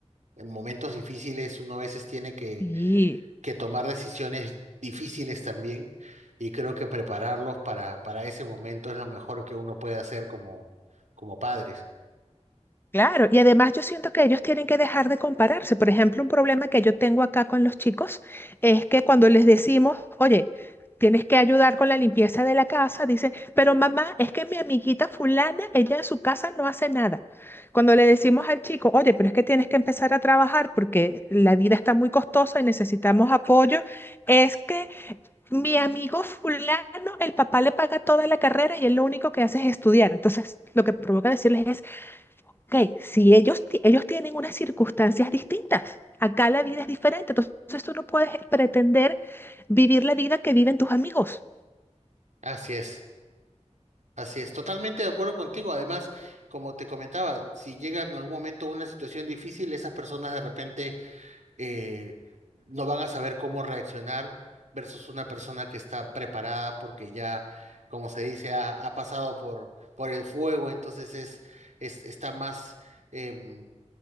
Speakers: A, on the right; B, on the left.
A: en momentos difíciles uno a veces tiene que,
B: Sí.
A: que tomar decisiones difíciles también y creo que prepararlos para, para ese momento es lo mejor que uno puede hacer como, como padres.
B: Claro, y además yo siento que ellos tienen que dejar de compararse. Por ejemplo, un problema que yo tengo acá con los chicos es que cuando les decimos, oye, tienes que ayudar con la limpieza de la casa, dicen, pero mamá, es que mi amiguita fulana, ella en su casa no hace nada. Cuando le decimos al chico, oye, pero es que tienes que empezar a trabajar porque la vida está muy costosa y necesitamos apoyo, es que mi amigo fulano, el papá le paga toda la carrera y él lo único que hace es estudiar. Entonces, lo que provoca decirles es Ok, si ellos, ti- ellos tienen unas circunstancias distintas, acá la vida es diferente, entonces tú no puedes pretender vivir la vida que viven tus amigos.
A: Así es. Así es, totalmente de acuerdo contigo. Además, como te comentaba, si llega en algún momento una situación difícil, esas personas de repente eh, no van a saber cómo reaccionar versus una persona que está preparada porque ya, como se dice, ha, ha pasado por, por el fuego, entonces es, es está más, em,